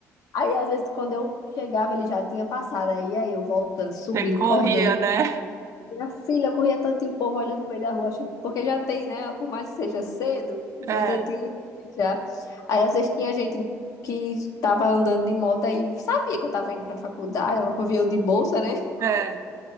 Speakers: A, on the left; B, on the right.
A: Aí às vezes quando eu chegava, ele já tinha passado. Aí aí eu voltando, subindo,
B: Você corria,
A: correndo.
B: né?
A: Minha filha eu corria tanto e o povo olhando no meio da rua, achando, porque já tem, né? Por mais que seja cedo, mas
B: É,
A: eu tinha muita gente já. Aí às vezes tinha gente que estava andando de moto e sabia que eu estava indo para a faculdade, eu eu de bolsa, né?
B: é.